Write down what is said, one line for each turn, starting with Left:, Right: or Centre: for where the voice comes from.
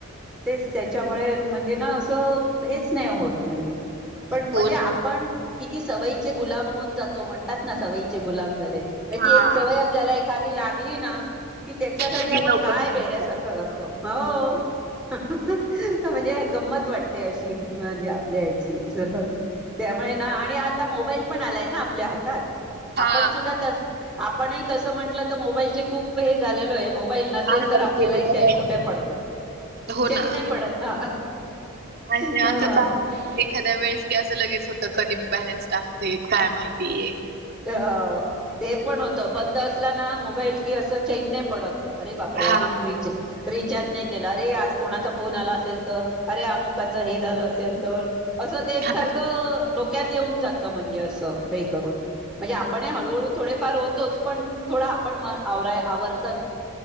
Centre: तेच त्याच्यामुळे म्हणजे ना असं हेच नाही होत म्हणजे पण म्हणजे
Right: हो
Centre: आपण
Right: ना
Centre: किती सवयीचे गुलाम होऊन जातो म्हणतात ना सवयीचे गुलाम झाले ती
Right: हा
Centre: एक सवय आपल्याला एखादी लागली ना कि त्याच्यासाठी
Right: ती
Centre: आपण
Right: लवकर
Centre: काय
Right: नाही
Centre: वेड्यासारखं
Right: निघत.
Centre: करतो हो म्हणजे गंमत वाटते अशी <unintelligible> म्हणजे आपल्या ह्याचीच त्यामुळे ना आणि आता मोबाईल ण आलाय ना आपल्या हातात
Right: हा
Centre: आपण सुद्धात आपणही तस म्हंटलं तर मोबाईलचे खूप हे झालेलो आहे मोबाईल नसेल
Right: आहारी
Centre: तर आपल्यालाही
Right: गेलेलो
Centre: चैन
Right: आहे
Centre: कुठे
Right: आपण.
Centre: पडतं
Right: हो
Centre: चैन
Right: ना.
Centre: नाही पडत ना
Right: आणि
Centre: हा
Right: असं बा एखाद्या वेळेस की असं लगेच होतं कधी बॅलन्स टाकते काय माहितीय
Centre: अ ते पण होत बंद असला ना मोबाईल कि असं चैन नाही पडत <unintelligible> अरे बापरे
Right: हा
Centre: अजून र <inaudible> रिचार्ज नाही केलं अरे आज कोणाचा फोन आला असेल तर रे अमुकाच हे झालं असेल तर असं ते एकसारखं
Right: हा
Centre: डोक्यात येऊन जातं म्हणजे असं हे करून म्हणजे आपण हळूहळू थोडेफार होतोच पण थोडा आपण म आवराय आवर <unintelligible>